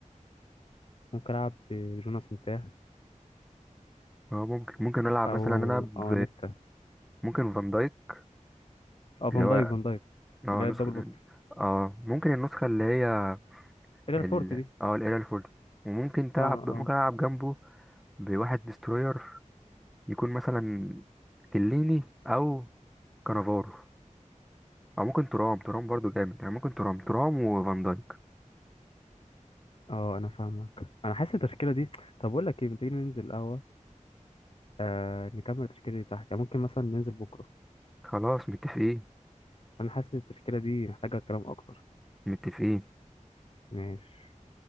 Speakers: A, on the left; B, in the centre.
A: ممكن العب بجوناس نتاه
B: اه ممكن ممكن نلعب مثلا
A: او
B: انا ب...
A: او نيستا
B: ممكن فان دايك
A: اه فان
B: اللي هو
A: دايك فان دايك
B: اه
A: اللي هي الدبل
B: نسخة
A: بوستر
B: اه ممكن النسخة اللي هي
A: اللي
B: ال
A: هي الفورت دي
B: اه القليله الفل وممكن تلعب
A: اه
B: ممكن
A: آه.
B: ألعب جنبه بواحد ديستروير يكون مثلا كليني أو كانافارو أو ممكن ترام ترام برضو جامد يعني ممكن ترام ترام وفان دايك
A: اه انا فاهمك انا حاسس التشكيله دي طب اقول لك ايه ما تيجي ننزل القهوه آه نكمل التشكيله دي تحت يعني ممكن مثلا ننزل بكره
B: خلاص متفقين
A: عشان حاسس التشكيله دي محتاجه كلام اكتر
B: متفقين
A: ماشي